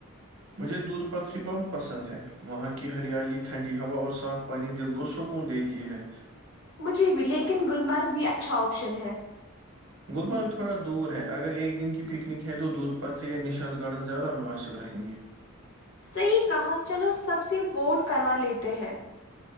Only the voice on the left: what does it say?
مجھے بھی لیکن گلمرگ بھی اچھا آپشن ہے
صحیح کہا چلو سب سے ووٹ کروا لیتے ہیں